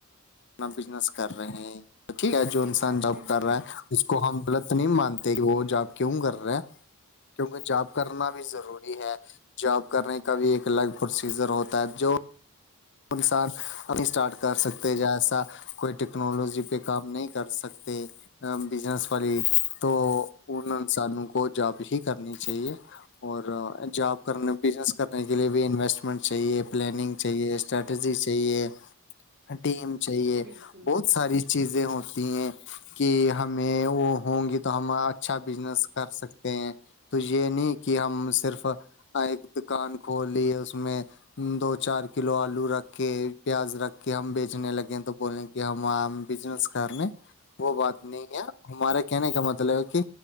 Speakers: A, on the left; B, on the right.
A: اپنا بزنس کر رہے ہیں یک ہے جو
B: یہ
A: انسان
B: تو آپ
A: جاب
B: نے
A: کر
B: بالکل
A: رہا ہے اس کو ہم غلط نہیں مانتے کہ وہ جاب کیوں کر رہے ہیں کیونکہ جاب کرنا بھی ضروری ہے جب کرنے کا بھی ایک لائیو پروسیزر ہوتا ہے جو انسان ابھی اسٹارٹ کر سکتے ج ایسا کوئی ٹیکنالوجی پہ کام نہیں کر سکتے بزنس والی تو ان انسانوں کو جاب ہی کرنی چاہیے اور جاب کرنے بزنس کرنے کے لیے بھی انویسٹمنٹ چاہیے پلاننگ چاہیے اسٹریٹجی چاہیے ٹیم چاہیے
B: بالکل
A: بہت ساری چیزیں ہوتی ہیں کہ ہمیں وہ ہوں گی تو ہم اچھا بزنس کر سکتے ہیں تو یہ نہیں کہ ہم صرف آئے دکان کھول لیے اس میں دو چار کلو آلو آلو رکھ کے پیاز رکھ کے ہم بیچنے لگے تو بولیں کہ ہم بزنس کرنے وہ بات نہیں ہے ہمارے کہنے کا مطلب ہے کہ